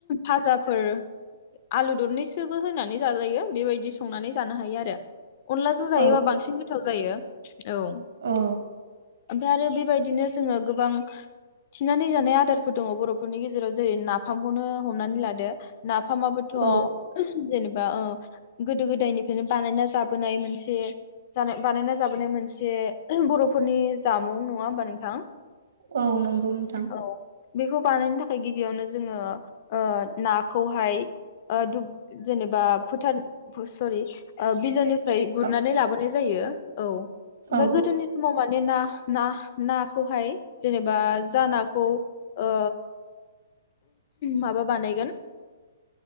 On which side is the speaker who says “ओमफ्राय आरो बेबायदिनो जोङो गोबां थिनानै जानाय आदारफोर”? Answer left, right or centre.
Left